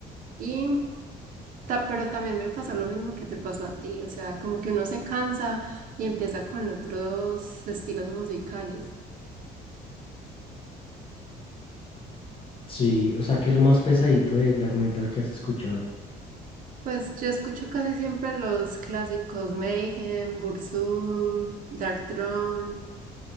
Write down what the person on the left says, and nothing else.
Sí, o sea, que es lo más pesadito de black metal que has escuchado.